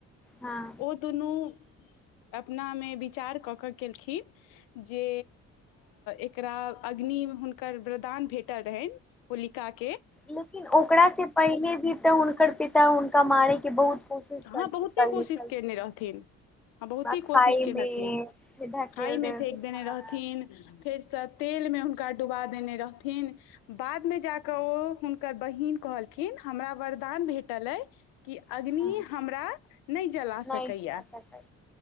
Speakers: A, in the centre; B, on the left.
A: हँ
B: ओ दुनू। अपना में विचार कऽ कऽ केलखिन। जे एकरा अग्नि हुनकर वरदान भेटल रहनि होलिका के।
A: लेकिन ओकरा से पहिले भी तऽ हुनकर पिता हुनका मारेके बहुत। कोशिश कर
B: हँ
A: करने
B: बहुते कोशिश
A: छलखिन
B: केने रहथिन, हँ बहुते
A: हेँ
B: कोशिश
A: खाइ
B: केने
A: मे
B: रहथिन
A: फेर धकेल
B: खायमे
A: देलखिन
B: फेेक देने
A: हेँ
B: रहथिन फेरसँ। तेल में हुनका डुबा देने रहथिन। बाद में जा कऽ ओ। हुनकर बहिन कहलखिन हमरा वरदान भेटल अइ। क अग्नि।
A: अच्छा
B: हमरा नहि जला सकैय
A: नहि चला सकल